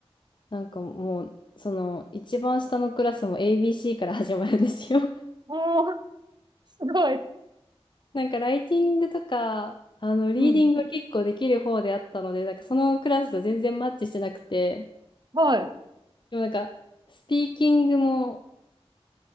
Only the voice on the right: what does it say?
おー、すごい。
うん。
はい。